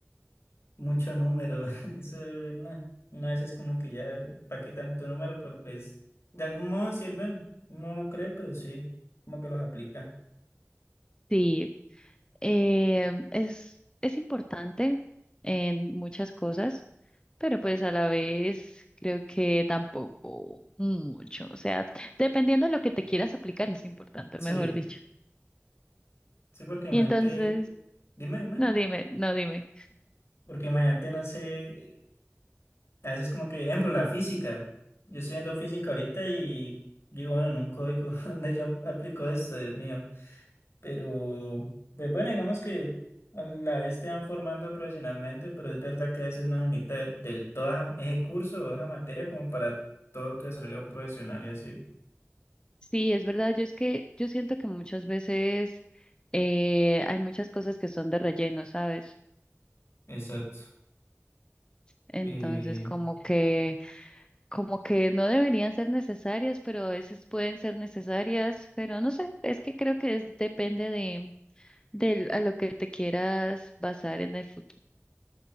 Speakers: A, on the left; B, on the left.
A: mucho número. <laughs> Eso, no, una vez es como que ya, ¿para qué tanto número? Pero pues, de algún modo sirven. No lo cree, pero sí, como que los aplica.
B: Sí, Eh, es, es importante en muchas cosas, pero pues a la vez creo que tampoco mucho. O sea, dependiendo de lo que te quieras aplicar es importante,
A: Sí,
B: mejor dicho.
A: sí, porque imagínate,
B: Y entonces,
A: dime, dime,
B: no dime, no dime.
A: porque imagínate, no sé. A veces como que, ejemplo, la física. Yo estoy viendo física ahorita y digo, bueno, en un código <laughs> donde yo aplico esto, Dios mío. Pero, pues bueno, digamos que a la vez te van formando profesionalmente, pero es verdad que a veces no se necesita del todo esa- ese curso o esa materia como para todo tu desarrollo profesional y así.
B: Sí, es verdad, yo es que yo siento que muchas veces eh, hay muchas cosas que son de relleno, ¿sabes?
A: Exacto.
B: Entonces,
A: Eh,
B: como que... como que no deberían ser necesarias, pero a veces pueden ser necesarias, pero no sé, es que creo que es- depende de, del- a lo que te quieras basar en el futuro.